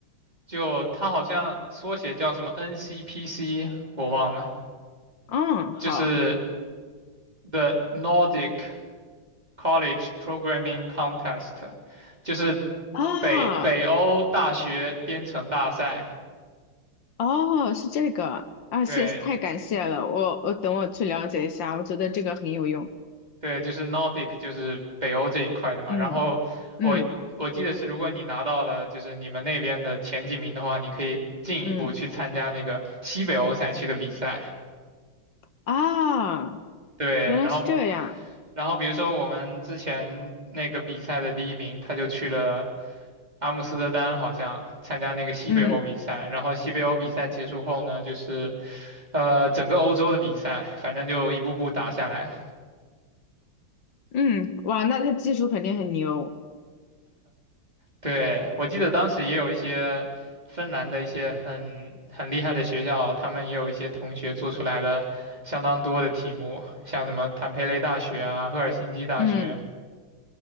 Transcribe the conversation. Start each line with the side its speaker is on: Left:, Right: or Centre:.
Right: 就它好像缩写叫什么 NCPC，我忘了，
Left: 嗯，好
Right: 就是 The Nordic College Programming Contest，就是
Left: 啊，
Right: 北北欧大学编程大赛。
Left: 哦，是这个啊，
Right: 对。
Left: 谢，太感谢了，我我等我去了解一下，我觉得这个很有用。
Right: 对，就是 Nordic，就是北欧这一块的嘛。
Left: 嗯嗯
Right: 然后我我记得是，如果你拿到了就是你们那边的前几名的话，你可以进一步去参加那个西北欧赛区的比赛。
Left: 嗯。啊，
Right: 对，
Left: 原来是这样。
Right: 然后然后比如说我们之前那个比赛的第一名，他就去了阿姆斯特丹，好像参加那个西北欧比赛。
Left: 嗯
Right: 然后西北欧比赛结束后呢，就是呃整个欧洲的比赛，反正就一步步打下来，
Left: 嗯，哇，那他技术肯定很牛。
Right: 对，我记得当时也有一些芬兰的一些很很厉害的学校，他们也有一些同学做出来了相当多的题目，像什么坦佩雷大学啊、赫尔辛基大学。
Left: 嗯